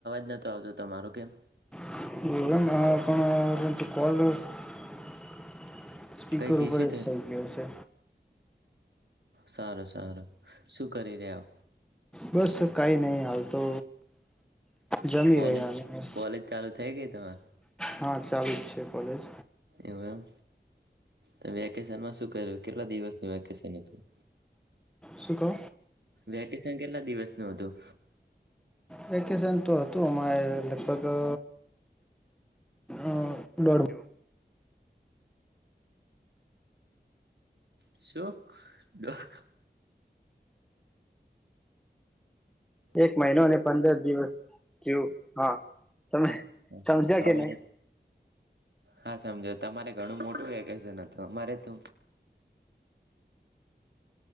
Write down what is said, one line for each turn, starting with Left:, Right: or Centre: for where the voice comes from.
Right: ન તો આવતો તમારો કેમ?
Centre: <inaudible> સ્પીકર
Right: કઈક
Centre: ઉપર
Right: ઇસ્યુ
Centre: જ થઈ ગયો છે
Right: સારું સારું સુ કરી રહ્યા
Centre: બસ કઈ નહી હાલ તો જમી
Right: કોલેજ
Centre: રહ્યા અને
Right: કોલેજ ચાલુ થઈ ગઈ તમારી.
Centre: હા ચાલુ જ છે કોલેજ.
Right: એવું એમ. તો વેકેશનમાં શું કર્યું કેટલા કેટલા દિવસનું વેકેશન હતું
Centre: શું કહો
Right: વેકેશન કેટલા દિવસનું હતું.
Centre: વેકેશન તો હતું અમારે લગભગ અ અ દોઢ
Right: શું અહ.
Centre: એક મહિનો અને પંદર દિવસ. કેવું. હા તમે
Right: હા,
Centre: સમજ્યા
Right: તો તમારે
Centre: કે ની.
Right: હા સમજો તમારે ઘણું મોટું વેકેશન હતું અમારે તો